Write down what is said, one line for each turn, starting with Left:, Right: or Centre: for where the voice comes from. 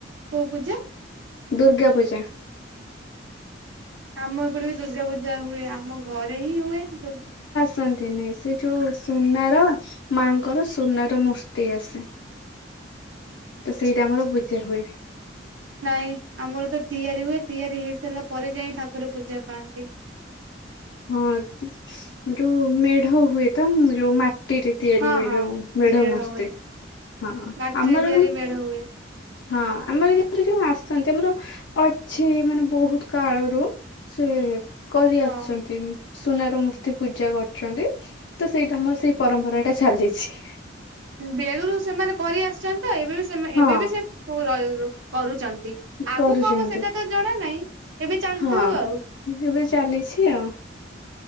Right: କୋଉ ପୂଜା?
Left: ଦୁର୍ଗାପୂଜା।
Right: ଆମ ଏପଟେ ବି ଦୁର୍ଗା ପୂଜା ହୁଏ ଆମ ଘରେ ହିଁ ହୁଏ ଦୁ
Left: ତନ୍ତିନି ସେ ଯୋଉ ସୁନାର ମାଙ୍କର ସୁନାର ମୂର୍ତ୍ତି ଆସେ। ତ
Right: ଆଚ୍ଛା
Left: ସେଇଟା ଆମର
Right: ଆଚ୍ଛା
Left: ପୂଜା ହୁଏ
Right: ନାଇଁ ଆମର ତ ତିଆରି ହୁଏ। ତିଆରି ହେଇ ସାରିଲା ପରେ ଯାଇ ଠାକୁର ପୂଜା ପାଆନ୍ତି।
Left: ହଁ ଯୋଉ ମେଢ଼ ହୁଏ ତ ଯୋଉ ମା ଟିରେ ତିଆରି
Right: ହଁ
Left: ହୁଏ
Right: ହଁ
Left: ଯୋଉ ମେଢ଼
Right: ମେଢ
Left: ମୂର୍ତ୍ତି
Right: ହୁଏ
Left: ହଁ
Right: ମାଟିରେ
Left: ଆମର
Right: ତିଆରି
Left: କି
Right: ମେଢ ହୁଏ
Left: ହଁ ଆମର ଯେମିତି ଯୋଉ ଆସନ୍ତି ଆମର ଅଛି ମାନେ ବୋହୁତ କାଳରୁ। ଏ ସେ କରି
Right: ହଁ।
Left: ଆସଛନ୍ତି। ସୁନାର ମୂର୍ତ୍ତି ପୂଜା କରୁଚନ୍ତି ତ ସେଇଟା ଆମର ସେଇ ପରମ୍ପରାଟା ଚାଲିଚି।
Right: ବେଳୁରୁ ସେମାନେ କରି ଆସିଚନ୍ତି ତ ଏବେ ବି ସେମା
Left: ହଁ
Right: ଏବେ ବି ସେ ପୁ ର ରୁ କରୁଚ ଇ ଆଗୁକୁ
Left: କରୁଛନ୍ତି
Right: କ ହବ ସେଟା ତ ଜଣା ନାଇଁ ଏବେ ଚାଲିଥାଉ
Left: ହଁ
Right: ଆଉ।
Left: ଏବେ ଚାଲିଛି ଆଉ